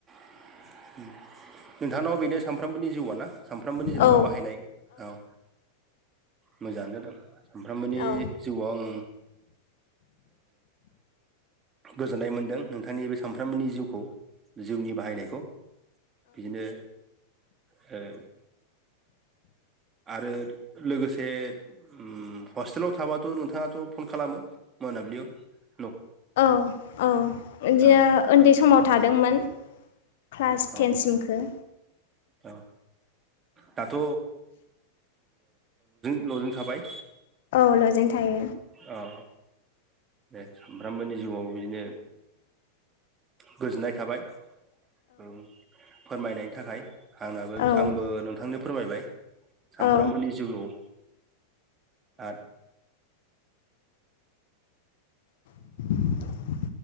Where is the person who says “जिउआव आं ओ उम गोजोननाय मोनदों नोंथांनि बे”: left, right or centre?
Right